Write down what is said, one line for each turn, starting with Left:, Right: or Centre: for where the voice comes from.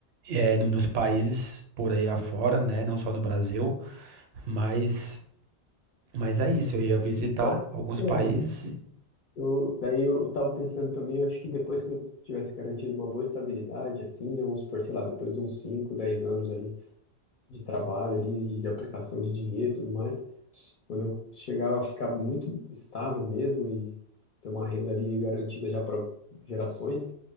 Right: É, no- nos países por aí afora, né?
Left: isso.
Right: Não só no Brasil. Mas, mas é isso, eu ia visitar
Left: Então,
Right: alguns
Left: é,
Right: países.
Left: eu, daí eu tava pensando também, eu acho que depois que eu tivesse garantido uma boa estabilidade, assim, né, vamos supor, sei lá, depois de uns 5, 10 anos ali de trabalho, ali, de, de aplicação de dinheiro e tudo mais, quando eu chegar a ficar muito estável mesmo e ter uma renda ali garantida já para gerações,